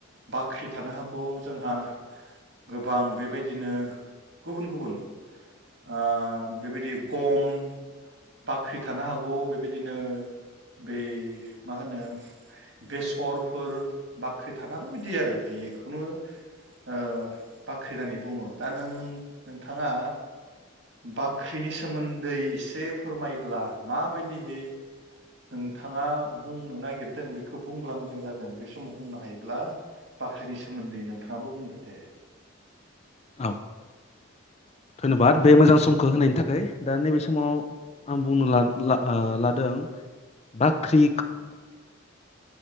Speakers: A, on the right; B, on the left.
A: बाख्रि थानो हागौ जोंहा गोबां बेबायदिनो गुबुन गुबुन ओ बेबायदि गम बाख्रि थानो हागौ बेबायदिनो बै मा होनो बेसरफोर बाख्रि थानो हागौ बिदि आरो बेखौनो ओ बाख्रि होननानै बुङो दा नों नोंथाङा बाख्रिनि सोमोन्दै एसे फोर फोरमायब्ला माबायदिहै नोंथाङा बुंनो नागिरदों बेखौ बुंब्ला मोजां जागोन बे समाव बुंनो हायोब्ला बाख्रिनि सोमोन्दै नोंथाङाबो बुंदो दे ।
B: औ धन्यबाद बे मोजां समखौ होनायनि थाखाय दा नैबे समाव आं बुंनो ला ला लादों दों आ ख्रि
A: ना लाय